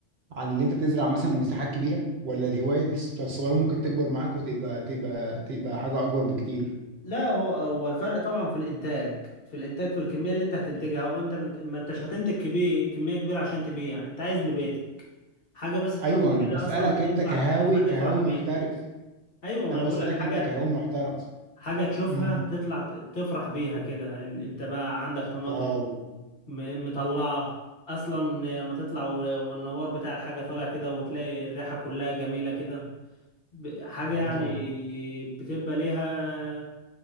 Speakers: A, on the right (about 60°); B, on the left (about 50°).
A: عن اللي انت تزرع مثلا مساحات كبيرة ولا الهواية دي الص- الصغيرة ممكن تكبر معاك وتبقى تبقى تبقى حاجة اكبر بكتير
B: لا هو هو الفرق طبعا في الانتاج في الانتاج في الكميه اللي انت هتنتجها وانت ما انتش هتنتج كبير كميه كبيره عشان تبيع انت عايز لبيتك حاجة بس
A: ايوه
B: تشوفها
A: انا
B: كده
A: بسألك
B: أصلا تطلع
A: انت كهاوي
B: تشوفها تفرح
A: كهاوي
B: بيها
A: محترف
B: أيوة ما
A: انا
B: أنا بقول
A: بسألك
B: لك حاجة
A: انت كهاوي محترف
B: حاجة تشوفها
A: مم.
B: تطلع ت- تفرح بيها كده ال- أنت بقى عندك طماطم
A: اه
B: م- مطلعة أصلا لما تطلع و- والنوار بتاع الحاجة طالع كده وتلاقي الريحة كلها جميلة كده ب- حاجة
A: اه
B: يعني
A: طبعا
B: بتبقى ليها